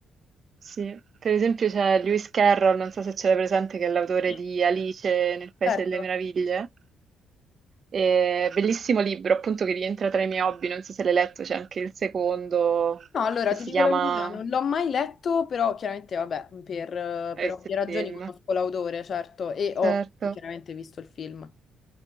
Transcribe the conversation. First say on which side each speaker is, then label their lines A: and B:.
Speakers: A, on the right; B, on the left.
A: Sì, per esempio c'è Lewis Carroll, non so se ce l'hai presente, che è l'autore
B: Sì.
A: di Alice nel Paese
B: Certo.
A: delle Meraviglie. Eh, bellissimo libro, appunto, che rientra tra i miei hobby. Non so se l'hai letto, c'è anche il secondo
B: No, allora
A: che
B: ti
A: si
B: dico
A: chiama
B: la verità, non l'ho mai letto, però chiaramente, vabbè, per, per
A: Rest
B: ovvie ragioni
A: Film.
B: conosco l'autore, certo, e ho
A: Certo.
B: chiaramente visto il film.